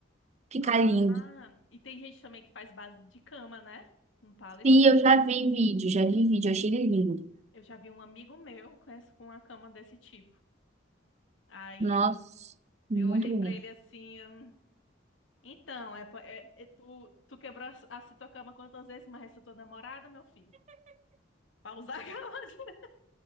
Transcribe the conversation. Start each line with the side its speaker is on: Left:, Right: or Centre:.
Right: Fica
Left: Ah,
Right: lindo.
Left: e tem gente também que faz base de cama, né? Um pallet.
Right: Sim, eu já vi vídeo, já vi vídeo, eu achei ele lindo.
Left: Eu já vi um amigo meu com essa- com uma cama desse tipo. Aí
Right: Nossa,
Left: eu,
Right: muito
Left: eu olhei
Right: bonito.
Left: pra ele assim, eu, então, é, pa- é- é tu, tu quebrou a, a tua cama quantas vezes, mas essa é tua namorada, meu filho? Pra usar a cama. <laughs>